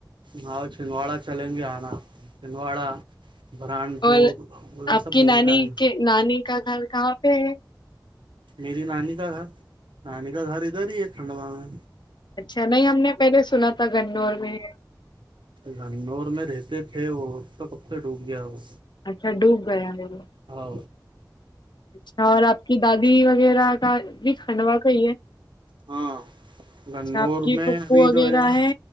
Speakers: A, on the right; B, on the left.
A: ہؤ چھندواڑا چلیں گے آنا چھندواڑا بران پور
B: اور
A: وہ
B: آپ
A: سب
B: کی
A: گھوم
B: نانی
A: کے آئیں
B: نانی کا گھر کہاں پہ ہے
A: میری نانی کا گھر نانی کا گھر ادھر ہی ہے ٹھنڈ با میں
B: اچھا نہیں ہم نے پہلے سنا تھا گنور میں
A: لنور میں رہتے تھے وہ تو کب سے ڈوب گیا وہ
B: اچھا ڈوب گیا ہے وہ
A: ہاں
B: اچ اور آپ کی دادی وغیرہ کا بھی کنڈ وا کائی ہے اچ
A: ہاں گنور
B: چ آپ کی
A: میں
B: ٹوپو
A: ابھی
B: وغیرہ
A: جو نا
B: ہے